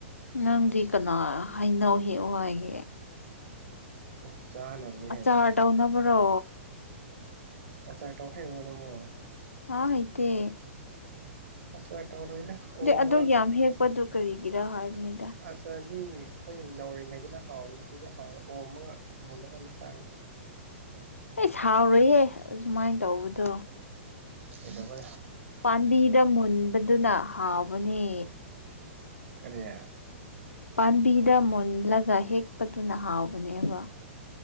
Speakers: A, on the left; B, on the right.
A: ꯅꯪꯗꯤ ꯀꯅꯥ ꯍꯥꯏꯅꯧꯍꯦꯛ ꯍꯥꯏꯏꯍꯦ
B: ꯑꯦ ꯆꯥꯅꯕꯅꯤ
A: ꯑꯆꯥꯔ ꯇꯧꯅꯕ꯭ꯔꯣ
B: ꯑ ꯑ ꯇꯧ ꯍꯩꯕ꯭ꯔꯣ ꯅꯪꯕꯨꯣ
A: ꯑꯥ ꯉꯥꯏꯇ
B: ꯑꯁꯧꯔꯔ ꯑꯣꯃ
A: ꯑꯗꯨ ꯌꯥꯝ ꯍꯦꯛꯄꯗꯨ ꯀꯔꯤꯒꯤꯔꯥ ꯍꯥꯏꯕꯅꯤꯗ
B: ꯑꯁꯥꯏ ꯁꯤ ꯑꯩꯈꯣꯏ ꯅꯧꯔꯤꯉꯩꯗꯅ ꯍꯥꯎꯋꯅꯦ ꯁꯤꯁ ꯍꯥꯎꯔꯦ ꯑꯣꯝꯃꯒ ꯃꯨꯜꯂꯒ ꯑꯃ ꯆꯥꯉ <inaudible>
A: ꯑꯩ ꯁꯥꯎꯔꯨꯍꯦ ꯑꯗꯨꯃꯥꯏꯅ ꯇꯧꯕꯗꯣ
B: ꯁꯤꯇꯄ
A: ꯄꯥꯝꯕꯤꯗ ꯃꯨꯟꯕꯗꯨꯅ ꯍꯥꯎꯕꯅꯦ
B: ꯀꯌꯥ
A: ꯄꯥꯝꯕꯤꯗ ꯃꯨꯜꯂꯒ ꯍꯦꯛꯄꯗꯨꯅ ꯍꯥꯎꯕꯅꯦꯕ